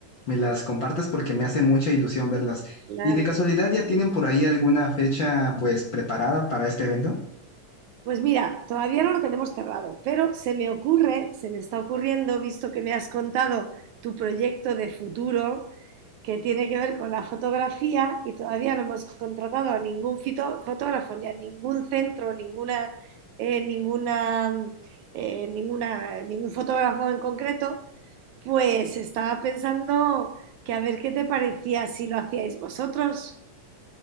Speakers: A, on the left; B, on the right.
A: me las compartes porque me hace mucha ilusión verlas.
B: Claro.
A: ¿Y de casualidad ya tienen por ahí alguna fecha pues preparada para este evento?
B: Pues mira, todavía no lo tenemos cerrado, pero se me ocurre, se me está ocurriendo, visto que me has contado tu proyecto de futuro que tiene que ver con la fotografía y todavía no hemos contratado a ningún fito- fotógrafo ni a ningún centro, ninguna, eh, ninguna, eh, ninguna, ningún fotógrafo en concreto, Pues estaba pensando que a ver qué te parecía si lo hacíais vosotros.